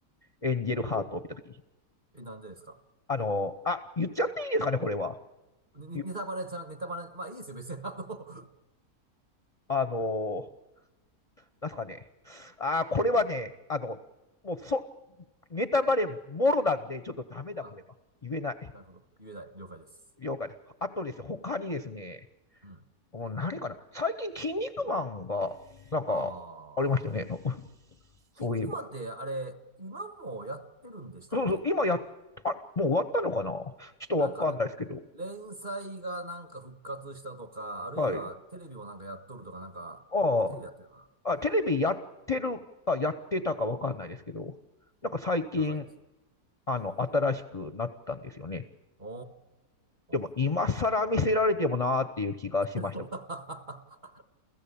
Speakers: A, on the left; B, on the right.
A: エンジェルハートを見たとき。
B: ど、え、なんでですか
A: あのーあ、言っちゃっていいですかね、これは。
B: ね、ねネタバレじゃ、
A: ゆ
B: ネタバレ、まあいいですよ、別に。あの <laughs>
A: あのーなんすかね。ああこれはね、あの、もうそ、ネタバレもろなんで、ちょっとダメだ、
B: あ、
A: これは。言えない。
B: なるほど。言えない。了解です。
A: 了解です。あとですね、他にですね、
B: うん。
A: もう何かな。最近、筋肉マンが、なんか、
B: あー。
A: ありましたよね。<laughs> そういえば。
B: 筋肉マンって、あれ、今もやってるんでしたっけ
A: そうそう、今やっ、あ、もう終わったのかなちょっとわかんないですけど。
B: なんか、連載がなんか復活したとか、あるいはテレビもなんかやっとるとか、
A: はい。
B: なんか、
A: あ
B: テレビやってるな。
A: あ、あ、テレビやってるかやってたかわかんないですけど、なんか最近、
B: 長いですね。
A: あの、新しくなったんですよね。
B: お
A: でも、
B: ー。
A: 今更見せられてもなーっていう気がしました。
B: <laughs>
A: <laughs>